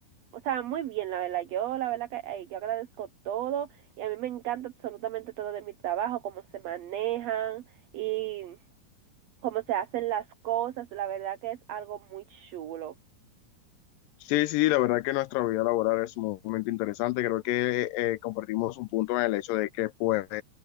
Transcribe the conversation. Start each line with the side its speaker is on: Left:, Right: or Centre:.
Right: O sea, muy bien, la verdad. Yo, la verdad que ay, yo agradezco todo y a mí me encanta absolutamente todo de mi trabajo, cómo se manejan y cómo se hacen las cosas, la verdad que es algo muy chulo.
Left: Sí, sí, la verdad que nuestra vida laboral es un momento interesante. Creo que eh, compartimos un punto en el hecho de que pues